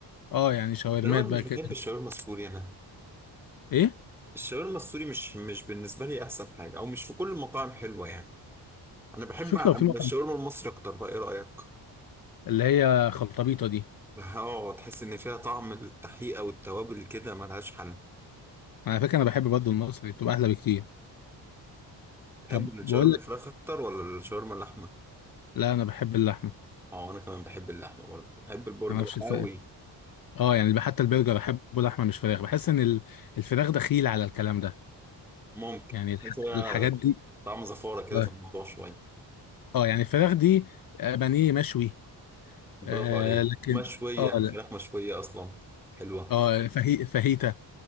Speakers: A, on the left (about 50°); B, in the centre.
A: اه يعني شاورمات
B: دلوقتي
A: بقى
B: مش
A: كده
B: بحب الشاورما السوري انا
A: ايه
B: الشاورما السوري مش مش بالنسبه لي احسن حاجه او مش في كل المطاعم حلوه يعني انا بحب
A: شوف لو في مطعم
B: الشاورما المصري اكتر بقى ايه رايك
A: اللي هي خلطبيطه دي
B: اه تحس ان فيها طعم التحقيقه والتوابل كده ملهاش حل
A: على فكره انا بحب برضه المصري تبقى احلى بكتير
B: تحب
A: طب
B: الشاورما
A: بقول لك
B: الفراخ اكتر ولا الشاورما اللحمه
A: لا انا بحب اللحمه
B: اه انا كمان بحب اللحمه برضه بحب البرجر
A: انا ما اعرفش الفرق
B: قوي
A: اه يعني حتى البرجر احبه لحمه مش فراخ بحس ان ال- الفراخ دخيل على الكلام ده
B: ممكن
A: يعني الح-
B: بس هي
A: الحاجات دي
B: طعم زفاره كده
A: اه
B: في الموضوع شويه
A: آه، يعني الفراخ دي آه، بانيه مشوي
B: برافو
A: آه
B: عليك
A: لكن
B: مشويه
A: اه لا
B: فراخ مشويه اصلا حلوه
A: اه فهي فاهيتا